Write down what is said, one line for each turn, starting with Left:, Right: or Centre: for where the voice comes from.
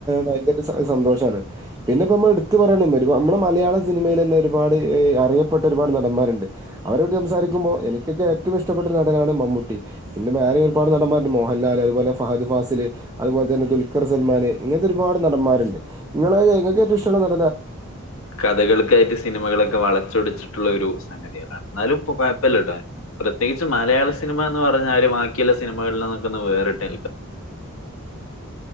Right: ഭയങ്കര സന്തോഷമാണ് പിന്നെപ്പം നമ്മൾ എടുത്തു പറയയാണെങ്ക നമ്മുടെ മലയാള സിനിമയിൽ തന്നെ ഒരുപാട് അറിയപ്പെട്ട ഒരുപാട് നടന്മാരുണ്ട് അവരുമായിട്ട് സംസാരിക്കുമ്പോൾ എനിക്കൊക്കെ ഏറ്റവും ഇഷ്ടപ്പെട്ട നടനാണ് മമ്മൂട്ടി പിന്നെ വേറെയും ഒരുപാട് നടന്മാരുണ്ട് മോഹൻലാൽ അതുപോലെ ഫഹദ് ഫാസിൽ അതുപോലെ തന്നെ ദുൽഖർ സൽമാൻ ഇങ്ങനത്തെ ഒരുപാട് നടന്മാരുണ്ട് നിങ്ങള് നിങ്ങക്ക് ഏറ്റവും ഇഷ്ടമുള്ള ന
Left: കഥകൾക്കായിട്ട് സിനിമകളൊക്കെ വളച്ചൊടിച്ചിട്ടുള്ള ഒരു സംഗതി അതാണ് എന്നാലും ഇപ്പൊ കുഴപ്പമില്ല കേട്ടോ പ്രത്യേകിച്ച് മലയാള സിനിമ എന്ന് പറഞാല് ബാക്കിയുള്ള സിനിമകളിൽ നിന്നൊക്കെ വേറിട്ട് നിൽക്കു